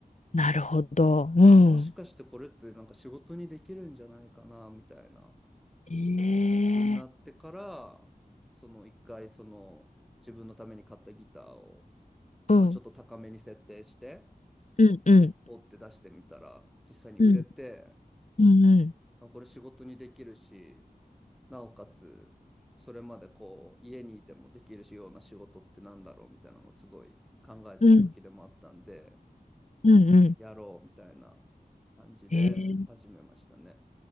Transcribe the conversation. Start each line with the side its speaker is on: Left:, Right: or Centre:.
Left: なるほど。うん。
Centre: あもしかしてこれってなんか仕事にできるんじゃないかなみたいな
Left: ええ。
Centre: 風になってからその一回その自分のために買ったギターを、
Left: うん。
Centre: まあ、ちょっと高めに設定して
Left: うん。うん。
Centre: ポって出してみたら実際に売れて
Left: うん。うん。
Centre: あこれ仕事にできるしなおかつ、それまでこう、家にいてもできるような仕事ってなんだろうみたいなのをすごい考えてた時でもあったんで、
Left: うん。うん。うんうん。
Centre: やろうみたいな感じで始めましたね。
Left: ええ。